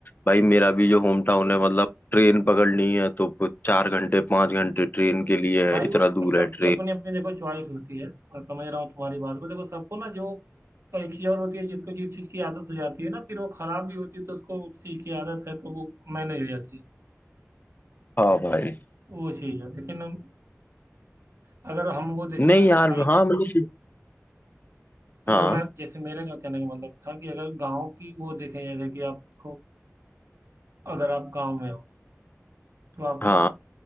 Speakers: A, on the left; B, on the right.
A: भाई मेरा भी जो होम टाउन है मतलब ट्रेन पकड़नी है तो कुछ चार घंटे पांच घंटे ट्रेन के लिए
B: भाई
A: है इतना
B: वो
A: दूर
B: सबकी
A: है ट्रेन
B: अपनी अपनी देखो चॉइस होती है मैं समझ रहा हूँ तुम्हारी बात को देखो सबको ना जो तो एक चीज और होती है जिसको जिस चीज की आदत हो जाती है ना फिर वो खराब भी होती है तो उसको उस चीज की आदत है तो वो मैनेज हो जाती है
A: हाँ भाई
B: वो चीज है लेकिन हम- अगर हम वो देखें
A: नहीं
B: ना अगर
A: यार
B: भाई
A: हाँ मतलब
B: अगर
A: हाँ
B: मैं जैसे मेरे का कहने का मतलब था कि अगर गाँव की वो देखें जैसे कि आप देखो अगर आप गाँव में हो तो आपको
A: हाँ